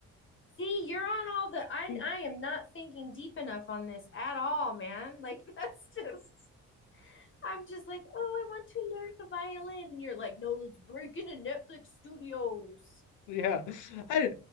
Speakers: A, on the left (about 40°); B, on the left (about 85°).
A: See, you're on all the. I
B: <laughs>
A: I am not thinking deep enough on this at all, man. <laughs> Like that's just. I'm just like, oh, I want to learn the violin. And you're like, no, let's break into Netflix studios.
B: yeah, I